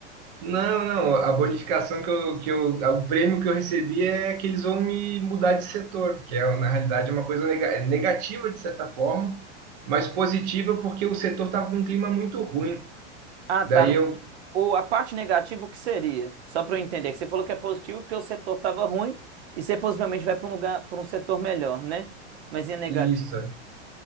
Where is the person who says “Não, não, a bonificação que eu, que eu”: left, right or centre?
Right